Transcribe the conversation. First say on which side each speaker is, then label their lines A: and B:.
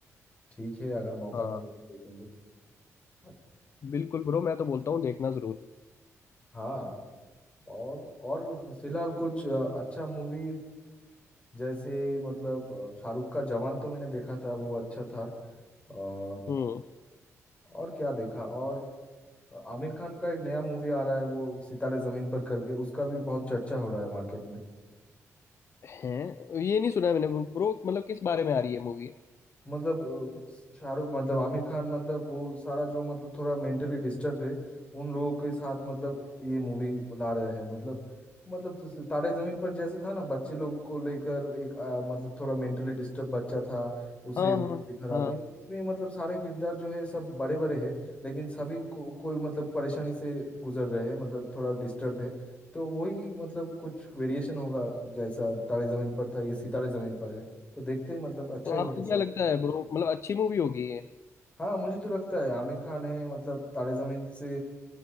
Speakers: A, on the left (about 20°); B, on the left (about 55°).
A: ठीक है अगर मौका
B: हाँ
A: मिले तो देखेंगे अच्छा।
B: बिल्कुल ब्रो मैं तो बोलता हूँ देखना जरूर
A: हाँ और और फिलहाल कुछ अ, अच्छा मूवी जैसे मतलब अ, शाहरुख का जवान तो मैंने देखा था वो अच्छा था और
B: हम्म
A: और क्या देखा और आमिर खान का एक नया मूवी आ रहा है वो सितारे जमीन पर करके उसका भी बहुत चर्चा हो रहा है मार्केट में
B: है ये नहीं सुना है मैंने ब्रो मतलब किस बारे में आ रही है मूवी
A: मतलब अ, शाहरुख मतलब आमिर खान मतलब वो सारा जो मतलब थोड़ा मेंटली डिस्टर्ब है उन लोगों के साथ मतलब ये मूवी ला रहे हैं मतलब मतलब जैसे तारे जमीन पर जैसे था ना बच्चे लोग को लेकर एक अ, मतलब थोड़ा मेंटली डिस्टर्ब बच्चा था उसे
B: हाँ
A: मतलब
B: हाँ
A: दिखा रहा
B: हाँ
A: था इसमें मतलब सारे किरदार जो है सब बड़े बड़े हैं लेकिन सभी को कोई मतलब परेशानी से गुजर रहे हैं मतलब थोड़ा डिस्टर्ब है तो वही मतलब कुछ वेरिएशन होगा जैसा तारे जमीन पर था ये सितारे जमीन पर है तो देखते हैं मतलब अच्छा
B: तो
A: ही
B: आपको
A: होगा शायद
B: क्या लगता है ब्रो मतलब अच्छी मूवी होगी ये
A: हाँ मुझे तो लगता है आमिर खान है मतलब तारे जमीन से